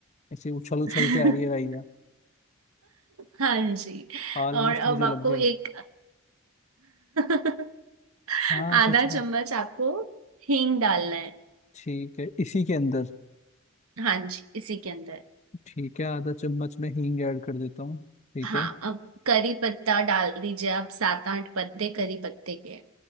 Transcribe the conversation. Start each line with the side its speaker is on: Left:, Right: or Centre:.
Left: ऐसे उछल उछल
Right: <laughs>
Left: के आ रही है राई है
Right: हाँ जी
Left: ऑलमोस्ट
Right: और अब
Left: मुझे
Right: आपको
Left: लग गई
Right: एक <laughs>
Left: हाँ सच
Right: आधा
Left: में
Right: चम्मच आपको हींग डालना है
Left: ठीक है इसी के अंदर
Right: हाँ जी इसी के अंदर
Left: ठीक है आधा चम्मच मैं हींग ऐड कर देता हूँ ठीक
Right: हाँ
Left: है
Right: अब करी पत्ता डाल दीजिए आप सात आठ पत्ते करी पत्ते के